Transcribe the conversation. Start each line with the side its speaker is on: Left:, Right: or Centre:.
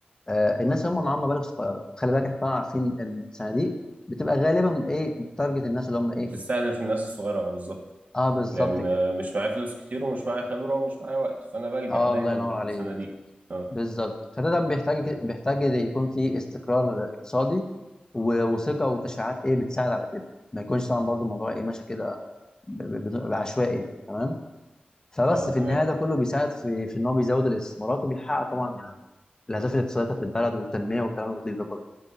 Left: آه الناس اللي هم معاهم مبالغ صغيره خلي بالك احنا طبعا عارفين الصناديق بتبقى غالبا ايه بتارجت الناس اللي هم ايه
Right: بتستهدف الناس الصغيرة اه بالظبط
Left: اه بالظبط
Right: لان
Left: كده
Right: آه، مش معايا فلوس كتير ومش معايا خبره ومش معايا وقت فانا بلجأ
Left: اه
Right: دايما
Left: الله ينور
Right: للصناديق
Left: عليك
Right: اه
Left: بالظبط فده ده بيحتاج
Right: م-
Left: بيحتاج يكون في استقرار اقتصادي و- وثقه وتشريعات ايه بتساعد على كده ما يكونش طبعا برضو الموضوع
Right: م.
Left: ايه ماشي كده ب- ب- ب- بعشوائي يعني تمام فبس
Right: اه
Left: في
Right: تمام
Left: النهايه ده كله بيساعد في في ان هو بيزود الاستثمارات وبيحقق طبعا يعني الاهداف الاقتصاديه بتاعت البلد والتنميه والكلام اللطيف ده كله